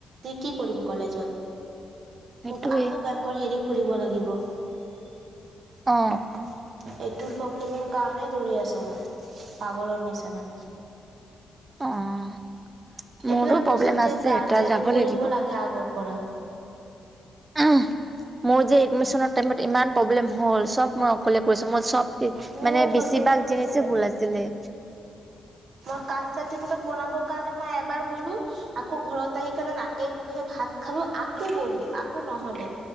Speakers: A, on the right; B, on the right.
A: কি কৰিম কলেজত
B: সেইটোৱে
A: মোক আকৌ বেংকৰ হেৰি খুলিব লাগিব। এইটোৰ
B: অ
A: প্ৰব্লেমৰ কাৰণেই দৰি আছো মই পাগলৰ নিচিনা।
B: অ'। মোৰো
A: এইবিলাক
B: প্ৰব্লেম
A: বস্তু যে
B: আছে
A: গাৰ্জেনে
B: এটা যাব
A: কৰিব
B: লাগিব
A: লাগে আগৰ পৰা।
B: উম মোৰ যে এডমিচনৰ টাইমত ইমান প্ৰব্লেম হ'ল চব মই অকলে কৰিছো মই চব
A: মোৰতো
B: মানে বেছিভাগ
A: ছেমে হৈছিলে
B: জিনিছে ভুল আছিলে।
A: মই কাচ চাৰ্টফিকেট বনাব কাৰণ মই এবাৰ গলো। আকৌ ঘৰত আহি কাৰনে নাকে মুখে ভাত খালো আকৌ গলো আকৌ নহ'লে।